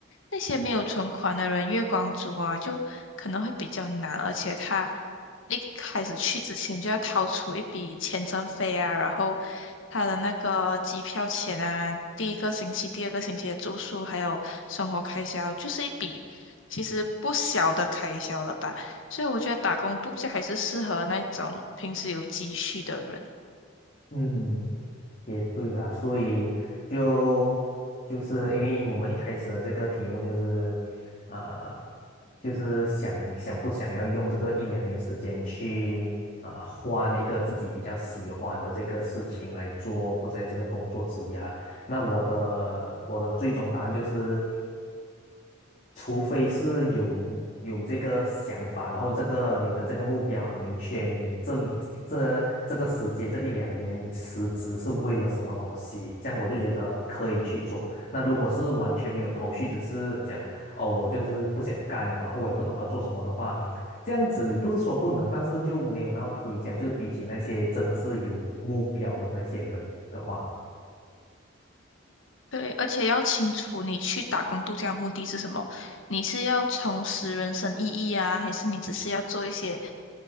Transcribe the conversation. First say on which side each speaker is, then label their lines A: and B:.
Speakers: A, on the left; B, on the left.
A: 那些没有存款的人，月光族啊，就可能会比较难，而且他。一开始去之前就要掏出一笔签证费啊，然后他的那个机票钱啊，第一个星期、第二个星期的住宿，还有生活开销，就是一笔其实不小的开销了吧。所以我觉得打工度假还是适合那种平时有积蓄的人。
B: 嗯。也对啦，所以就就是因为我们一开始的这个题目就是，呃，就是想想不想要用这个一两年时间去啊、呃换一个自己比较喜欢的这个事情来做，不在这个工作之涯。那我的我的最终答案就是。除非是有有这个想法，然后这个你的这个目标很明确，你这这这个时间这一两年你辞职是为了什么东西，这样我就觉得可以去做。那如果是完全没有头绪，只是讲哦我就是不想干了，然后我也不懂要做什么的话，这样子不是说不能，但是就没有那么推荐，就是比起那些真的是有目标的那些人的话。
A: 对，而且要清楚你去打工度假的目的是什么？你是要重拾人生意义啊，还是你只是要做一些